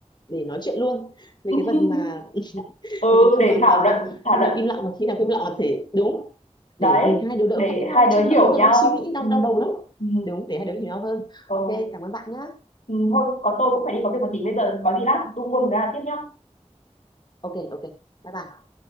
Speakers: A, on the left; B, on the left.
A: để nói chuyện luôn về
B: <laughs>
A: cái phần mà
B: ừ
A: về cái phần
B: để
A: mà mà
B: thảo
A: mà
B: luận thảo
A: khi
B: luận
A: nào im lặng và khi nào không im lặng là thể đúng
B: đấy
A: để mình hai đứa đỡ
B: để
A: cãi nhau
B: hai
A: ấy,
B: đứa
A: tranh
B: hiểu
A: luận với nhau
B: nhau
A: ấy, suy nghĩ đau
B: ừ.
A: đau đầu lắm
B: Ừ.
A: đúng để hai đứa hiểu nhau hơn
B: Ừ.
A: ok cảm ơn bạn nhá
B: Ừ. thôi có tôi cũng phải đi có việc một tí bây giờ có gì lát tung quân ra tiếp nhá
A: ok ok bye bye